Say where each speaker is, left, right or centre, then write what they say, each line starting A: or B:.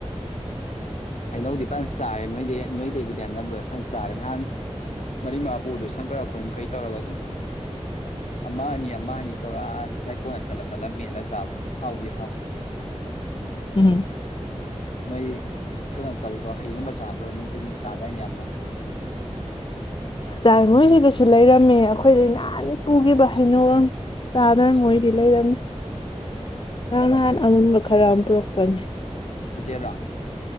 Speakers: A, on the left; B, on the left.
A: ꯍꯩꯅꯧꯗꯤ ꯐꯟ ꯆꯥꯔꯦ ꯅꯣꯏꯗꯤ ꯅꯣꯏꯗꯩꯕꯨꯗꯤ ꯑꯅꯝꯕ ꯐꯖꯅ ꯆꯥꯔꯦ ꯅꯍꯥꯟ ꯃꯔꯤ ꯃꯉꯥꯄꯨꯗꯣ ꯁꯪꯀꯔ ꯑꯩꯈꯣꯏ ꯈꯩ ꯇꯧꯔꯒ ꯑꯗꯨꯝ ꯑꯃ ꯑꯅꯤ ꯑꯃ ꯑꯅꯤ ꯇꯧꯔ ꯂꯥꯏ ꯀꯣꯟꯅ ꯆꯠꯂ ꯆꯠꯂ ꯃꯦꯠꯂ ꯆꯥꯕ ꯍꯥꯎꯕꯨꯗꯤ ꯍꯥꯎꯏ
B: ꯎꯝ ꯍꯨ
A: ꯅꯣꯏ ꯀꯩꯅꯣ ꯇꯧꯗ꯭ꯔꯣ ꯍꯩꯒꯨꯝꯕ ꯆꯥꯗ꯭ꯔꯣ ꯅꯨꯡꯊꯤꯜ ꯆꯥꯗꯥꯏꯅꯦ ꯌꯥꯝꯅ
B: ꯆꯥꯏ ꯃꯣꯏꯁꯤꯗꯁꯨ ꯂꯩꯔꯝꯃꯤ ꯑꯩꯈꯣꯏꯗ ꯅꯍꯥꯟꯅ ꯄꯨꯈꯤꯕ ꯍꯩꯅ ꯆꯥꯗꯅ ꯃꯣꯏꯗꯤ ꯂꯩꯔꯝꯃꯤ ꯉꯔꯥꯡ
A: ꯀꯩꯅꯣ
B: ꯅꯍꯥꯟ ꯑꯃꯨꯟꯕ ꯈꯔ ꯑꯃ ꯄꯨꯔꯛꯄꯅꯦ
A: ꯆꯤ ꯆꯦꯔꯣ